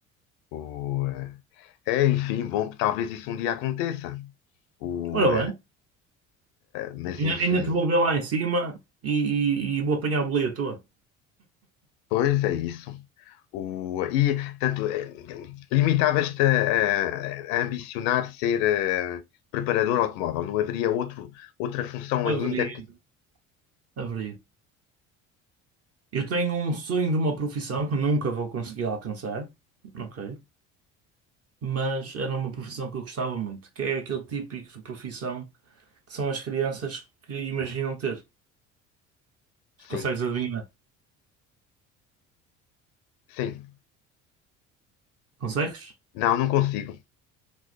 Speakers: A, on the left; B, on the right.
A: O, eh, é, enfim, bom, talvez isso um dia aconteça. O,
B: Ora bem,
A: Mas
B: ainda,
A: enfim,
B: ainda te vou ver lá em cima e, e- e vou apanhar o boleio à toa.
A: pois é isso. O, e, tanto, eh, limitavas-te a, a- a ambicionar ser eh, preparador automóvel, não haveria outro, outra função
B: Abrir,
A: ainda que.
B: abrir. Eu tenho um sonho de uma profissão que nunca vou conseguir alcançar, ok? Mas era uma profissão que eu gostava muito, que é aquele típico de profissão. que são as crianças que imaginam ter.
A: Sim,
B: Consegues adivinhar?
A: sim.
B: Consegues?
A: Não, não consigo.